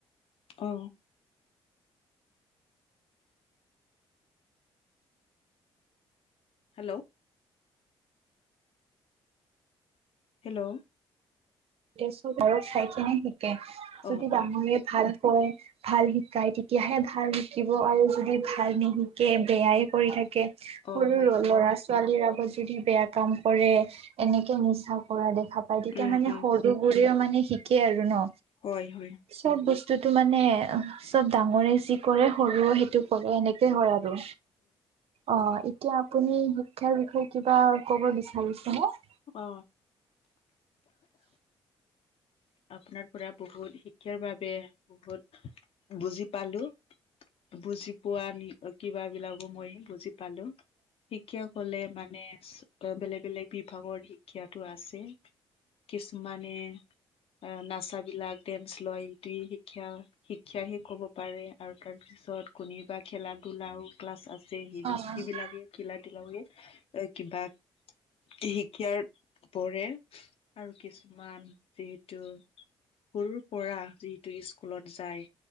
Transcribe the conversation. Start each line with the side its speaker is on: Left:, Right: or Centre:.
Left: অ হেল্ল' হেল্ল'
Right: তেতিয়া চব ঘৰত চাই খিনি শিকে
Left: অ',
Right: যদি ডাঙৰে
Left: অ',
Right: ভাল কয় ভাল শিকায় তেতিয়াহে ভাল শিকিব আৰু যদি ভাল নিশিকে বেয়াই কৰি থাকে সৰু
Left: অ', হয়,
Right: ল'ৰা ছোৱালীৰ আগত যদি বেয়া কাম কৰে এনেকে মুচা কৰা দেখ দেখা পাই তেতিয়া
Left: উম,
Right: মানে
Left: উম,
Right: সৰু বোৰেও মানে শিকে আৰু ন
Left: হয়, হয়।
Right: চব বস্তুটো মানে চব ডাঙৰে যি কৰে সৰুে সেইটো কৰে এনেকে হয় আৰু অ এতিয়া আপুনি শিক্ষাৰ বিষয়ে কি কি বা ক'ব বিচাৰিছে মোক
Left: অ আপোনাৰ পৰা বহুত শিক্ষাৰ বাবে বহুত বুজি পালো বুজি পোৱা নি কিবা বিলাকো মই বুজি পালো শিক্ষা কলে মানে বেলেগ বেলেগ বিভাগৰ শিক্ষাটো আছে কিছুমানে অ নাচা বিলাক ডেন্স লয় টি শিক্ষা শিক্ষা হে কব পাৰে আৰু তাৰ পিছত কণি বা খেলা ধূলাও ক্লাছ আছে যে স
Right: অ
Left: সেই বিলাকে খিলা লাকে এ কিবা শিকিয়াত পৰে আৰু কিছুমান যিহে সৰুৰ পৰা যিটো স্কুলত যায়